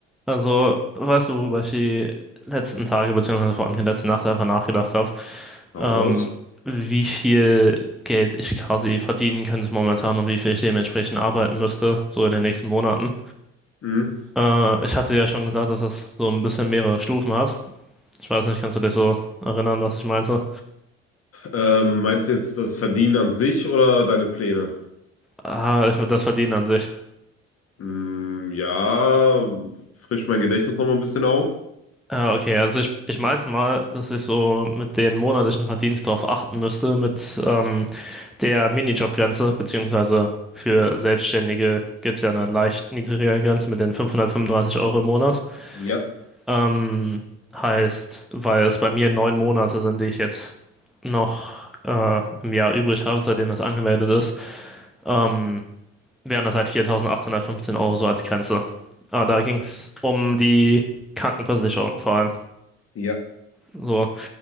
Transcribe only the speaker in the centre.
Also, weißt du, worüber ich die letzten Tage, beziehungsweise vor allem die letzte Nacht einfach nachgedacht habe?
Ähm,
wie viel Geld ich quasi verdienen könnte momentan und wie viel ich dementsprechend arbeiten müsste, so in den nächsten Monaten.
Äh, ich hatte ja schon gesagt, dass das so ein bisschen mehrere Stufen hat. Ich weiß nicht, kannst du dich so erinnern, was ich meinte?
Ah, ich- das Verdienen an sich.
Ah, okay, also ich, ich meinte mal, dass ich so mit den monatlichen Verdienst darauf achten müsste, mit ähm, der Minijobgrenze, beziehungsweise für Selbstständige gibt es ja eine leicht niedrigere Grenze mit den 535 Euro im Monat.
Ähm, heißt, weil es bei mir neun Monate sind, die ich jetzt noch äh, im Jahr übrig habe, seitdem das angemeldet ist, ähm, wären das halt 4.815 Euro so als Grenze. Aber da ging es um die Krankenversicherung vor allem.
So.